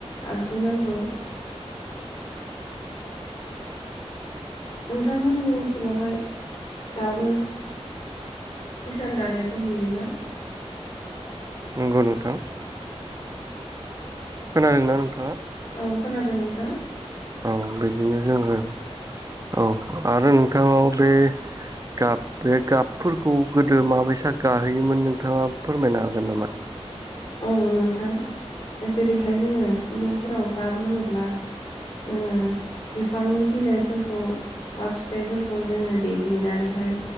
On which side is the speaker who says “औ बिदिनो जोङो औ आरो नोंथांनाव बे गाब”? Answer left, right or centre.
Right